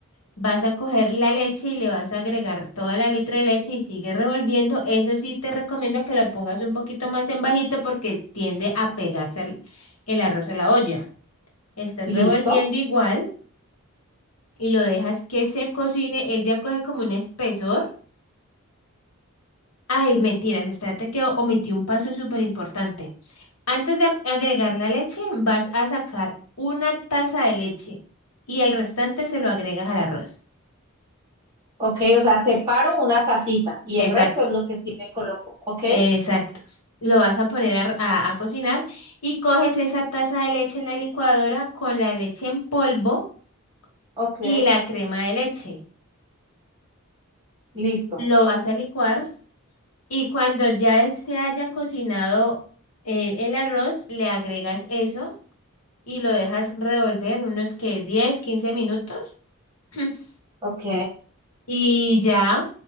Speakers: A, on the left; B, on the right.
A: vas a coger la leche y le vas a agregar toda la litro de leche y sigue revolviendo. Eso sí te recomiendo que la pongas un poquito más en bajito porque tiende a pegarse al- el arroz a la olla. Estás
B: listo.
A: revolviendo igual y lo dejas que se cocine. Él ya coge como un espesor. Ay, mentiras, espérate que o- omití un paso súper importante. Antes de ap- agregar la leche, vas a sacar una taza de leche y el restante se lo agregas al arroz.
B: Ok, o sea, separo una tacita y
A: Exacto,
B: el resto es lo que sí le coloco. Ok,
A: exacto. Lo vas a poner a, a- a cocinar y coges esa taza de leche en la licuadora con la leche en polvo
B: ok,
A: y la crema de leche.
B: listo,
A: Lo vas a licuar y cuando ya se haya cocinado el, el arroz, le agregas eso y lo dejas revolver unos que 10, 15 minutos. <clears throat>
B: ok,
A: Y ya